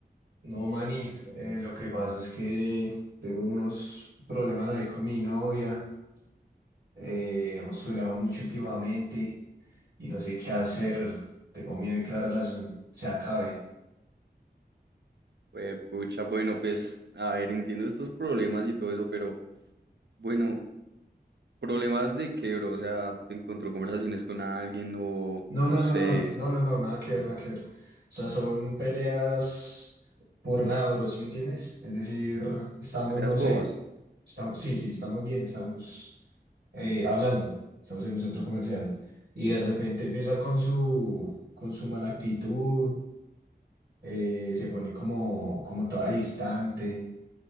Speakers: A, on the right; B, on the right.
A: no man, y eh, lo que pasa es que tengo unos problemas ahí con mi novia. Eh, hemos peleado mucho últimamente y no sé qué hacer. Tengo miedo de que la relación se acabe.
B: Pues, pucha, bueno, pues, a ver, entiendo estos problemas y todo eso, pero bueno, ¿problemas de qué, bro? O sea, ¿te encontró conversaciones con alguien o
A: No,
B: no
A: no,
B: sé,
A: no, no, no, no, no, nada que ver, nada que ver. O sea, son peleas por nada, bro, ¿sí me entiendes? Es decir, estamos,
B: peleas
A: no
B: bobas?
A: sé, estamos, sí, sí, estamos bien, estamos eh, hablando, estamos en un centro comercial y de repente empieza con su, con su mala actitud, eh, se pone como, como toda distante